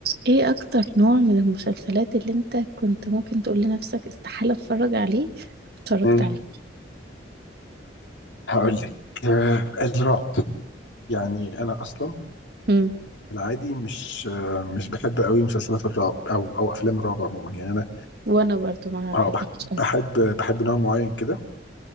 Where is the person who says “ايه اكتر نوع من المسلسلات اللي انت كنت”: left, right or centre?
Right